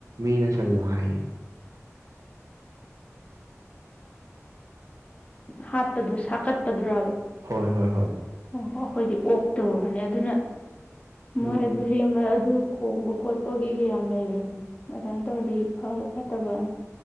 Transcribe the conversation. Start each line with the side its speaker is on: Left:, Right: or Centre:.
Right: ꯃꯤꯅ ꯆꯜꯂꯣ ꯍꯥꯏꯌꯦ
Left: ꯍꯥꯠꯄꯗꯨ ꯁꯛ ꯀꯠꯄꯗꯨ꯭ꯔꯕ
Right: ꯍꯣꯏ ꯍꯣꯏ ꯍꯣꯏ
Left: ꯑꯣ ꯑꯣ ꯑꯩꯈꯣꯏꯗꯤ ꯑꯣꯛꯇꯨꯕꯅꯦ ꯑꯗꯨꯅ
Right: ꯎꯝ
Left: ꯃꯣꯍꯤꯦꯗꯂꯤꯌꯥ <unintelligible> ꯑꯗꯨ ꯈꯣꯡꯕ ꯈꯣꯠꯄꯒꯤ ꯀꯌꯥꯝ ꯂꯩꯕꯅꯤ ꯑꯗꯨꯃꯥꯏꯅ ꯇꯧꯔꯗꯤ ꯐꯕ ꯐꯠꯇꯕꯅ